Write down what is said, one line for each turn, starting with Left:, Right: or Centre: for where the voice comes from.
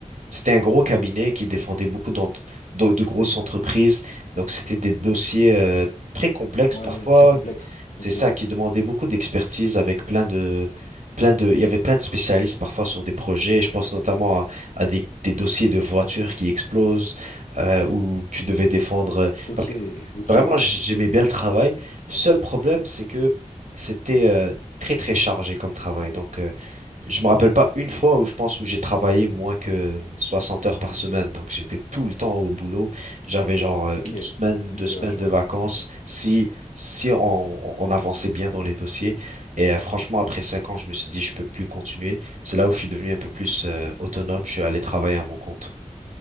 Right: c'était un gros cabinet qui défendait beaucoup d'ent- de, de grosses entreprises. Donc, c'était des dossiers, euh, très complexes
Left: Ouais,
Right: parfois.
Left: très complexe.
Right: C'est
Left: Ok,
Right: ça qui demandait beaucoup d'expertise avec plein de, plein de, il y avait plein de spécialistes parfois sur des projets. Je pense notamment à, à des, des dossiers de voitures qui explosent euh, où tu devais défendre. euh.
Left: ok,
Right: Donc
Left: ok,
Right: vraiment,
Left: ouais.
Right: j'aimais bien le travail. Seul problème, c'est que c'était euh, très très chargé comme travail. Donc euh, je me rappelle pas une fois où je pense où j'ai travaillé moins que 60 heures par semaine. Donc j'étais tout le temps au boulot. J'avais genre euh,
Left: Ok,
Right: une semaine,
Left: ok,
Right: deux semaines
Left: ouais, je
Right: de
Left: vois.
Right: vacances si si on, on- on avançait bien dans les dossiers. Et euh, franchement, après cinq ans, je me suis dit je peux plus continuer. C'est là où je suis devenu un peu plus euh, autonome. Je suis allé travailler à mon compte.